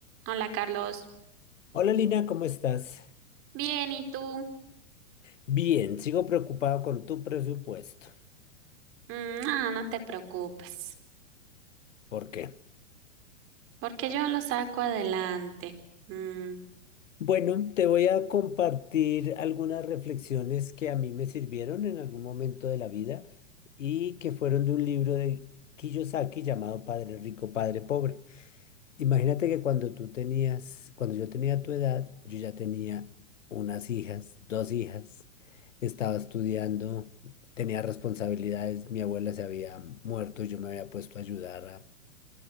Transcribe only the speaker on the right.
Hola Carlos,
bien, ¿y tú?
Mm, no, no te preocupes,
porque yo lo saco adelante. Mm,